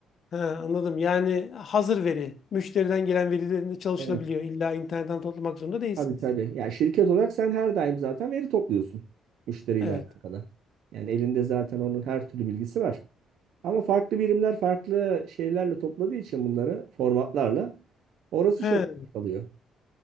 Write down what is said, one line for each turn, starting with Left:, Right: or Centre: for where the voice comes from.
Left: He, anladım. Yani hazır veri, müşteriden gelen verilerinde çalışılabiliyor.
Right: Evet.
Left: İlla internetten toplamak zorunda değilsiniz.
Right: Tabii tabii. Yani şirket olarak sen her daim zaten veri topluyorsun müşteriyle
Left: Evet.
Right: alakalı. Yani elinde zaten onun her türlü bilgisi var. Ama farklı birimler farklı şeylerle topladığı için bunları formatlarla orası
Left: He.
Right: çok vakit alıyor.